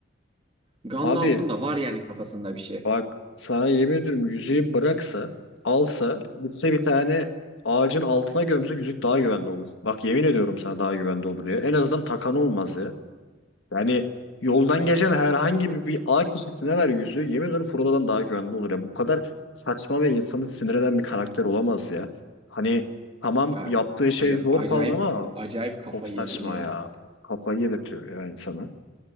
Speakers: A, on the right (about 30°); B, on the left (about 70°).
A: Gandalf'ın
B: Abi
A: da var yani kafasında bir şey.
B: bak sana yemin ediyorum yüzüğü bıraksa alsa gitse bir tane ağacın altına gömse yüzük daha güvende olur. Bak yemin ediyorum sana daha güvende olur ya. En azından takan olmaz ya. Yani yoldan geçen herhangi bir, bir A kişisine ver yüzü. Yemin ediyorum Frodo'dan daha güvende olur ya. Bu kadar saçma ve insanı sinir eden bir karakter olamaz ya. Hani tamam
A: Ya,
B: yaptığı şey
A: aca-
B: zor
A: acayip
B: falan ama
A: acayip kafayı
B: çok saçma
A: yedim ya.
B: ya. Kafayı yedirtiyor ya insana.